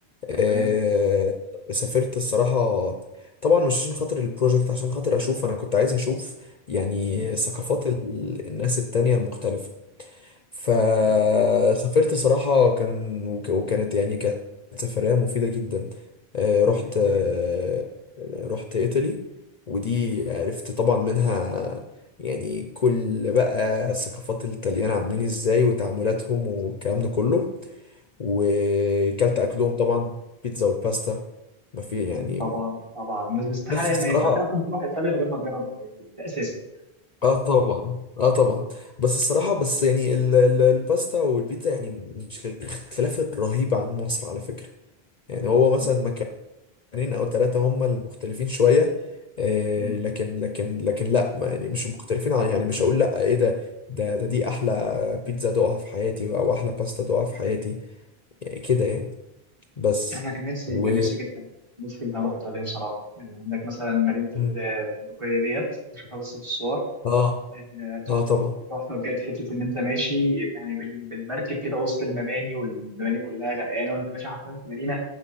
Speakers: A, on the right; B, on the left.
A: تمام
B: آه، سافرت الصراحة طبعا مش عشان خاطر البروجكت عشان خاطر اشوف انا كنت عايز اشوف يعني
A: مم.
B: ثقافات ال- الناس التانية المختلفة فسافرت
A: حلو.
B: صراحة كان وك- وكانت يعني كانت سفرية مفيدة جدا آه، رحت
A: مم.
B: آه، رحت إيطالي ودي عرفت طبعا منها يعني كل بقى ثقافات الطليان عاملين ازاي وتعاملاتهم والكلام ده كله وكلت أكلهم طبعا بيتزا والباستا ما في يعني
A: طبعا طبعا بس استحاله
B: بس الصراحة
A: ما ينفعش اصلا تروح ايطاليا من غير ما تجرب الحاجات دي ده اساسي
B: اه طبعا اه طبعا بس الصراحة بس يعني ال- ال- الباستا والبيتزا يعني مش الاختلاف الرهيب عن مصر على فكرة يعني هو مثلا
A: مم.
B: مكانين او ثلاثة هم المختلفين شوية آه
A: مم.
B: لكن لكن لكن لا ما يعني مش مختلفين عن يعني مش هقول لا ايه ده ده ده دي احلى بيتزا دوقها في حياتي او احلى باستا دوقها في حياتي يعني كده يعني بس
A: انا كان نفسي
B: و
A: كان نفسي جدا نفسي جدا اروح ايطاليا بصراحه يعني عندك مثلا مدينه
B: مم.
A: ال- البندقيه ديت بشوفها بس في الصور
B: اه
A: آه، تحفه
B: اه طبعا
A: تحفه بجد حته ان انت ماشي يعني بال- بالمركب كده وسط المباني والمباني كلها غرقانه وانت ماشي حرفيا في مدينه